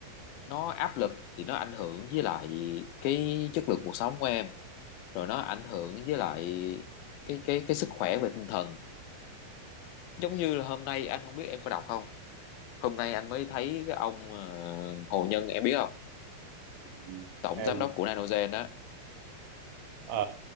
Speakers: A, on the left; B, on the right.
A: nó áp lực thì nó ảnh hưởng với lại cái chất lượng cuộc sống của em rồi nó ảnh hưởng với lại cái cái cái sức khỏe về tinh thần giống như là hôm nay anh không biết em có đọc không hôm nay anh mới thấy cái ông ờ, Hồ Nhân em biết không
B: Ừ.
A: tổng
B: em
A: giám đốc của Nanogen đó
B: ờ,